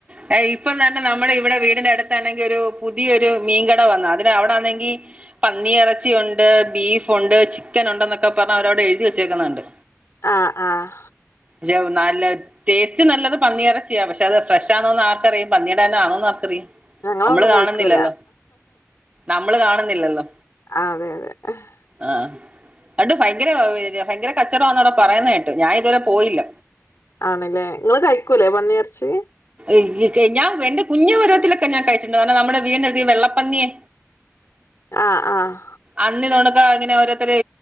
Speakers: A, on the right; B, on the left.
A: ദാ ഇപ്പം തന്നെ നമ്മടെ ഇവിടെ വീടിൻ്റെ അട്ത്താണെങ്കി ഒരു പുതിയൊരു മീൻകട വന്നു. അതിന് അവിടാന്നെങ്കി പന്നിയെറച്ചി ഉണ്ട് ബീഫൊണ്ട് ചിക്കൻ ഉണ്ട് എന്നൊക്കെ പറഞ്ഞ് അവരവിടെ എഴുതി വെച്ചേക്ക്ന്നെ കണ്ട്
B: ആഹ് ആഹ്
A: ജോവ് നല്ലെ ടേസ്റ്റ് നല്ലത് പന്നിയെറച്ചിയാ. പക്ഷെ അത് ഫ്രഷ് ആണോന്ന് ആർ ക്കറിയാം പന്നീടെ തന്നെ ആണോന്ന് ആർക്കറിയും.
B: ഞങ്ങളതൊന്നും
A: നമ്മള്
B: കഴിക്കൂല
A: കാണുന്നില്ലല്ലോ! നമ്മള് കാണുന്നില്ലല്ലോ
B: ആഹ് അതെ അതെ ഇഹ്
A: ആഹ് എന്നിട്ട് ഭയങ്കരെ ഭയങ്കരെ കച്ചോടവാന്ന് അവ്ടെ പറയുന്നകേട്ട്. ഞാൻ ഇത് വരെ പോയില്ല.
B: ആണ്ല്ലേ ഇങ്ങള് കഴിക്കൂല്ലേ പന്നിയിറച്ചി
A: ഇല്ല്യ ക്കയ് ഞാൻ എന്റെ കുഞ്ഞു പരുവത്തിലൊക്കെ ഞാൻ കഴിച്ചിട്ടുണ്ട്. കാരണം നമ്മുടെ വീടിന്റെ അട് ത്ത് ഈ വെള്ളപ്പന്നിയെ
B: ആഹ് ആഹ്
A: അന്നിതു കൊണക്കെ ഇങ്ങനെ ഓരോരുത്തര്